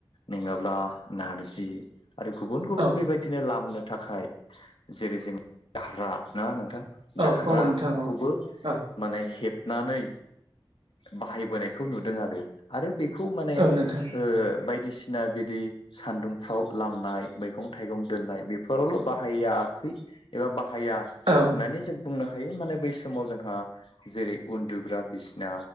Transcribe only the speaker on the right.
औ
औ
औ नोंथां औ औ
औ नोंथां
औ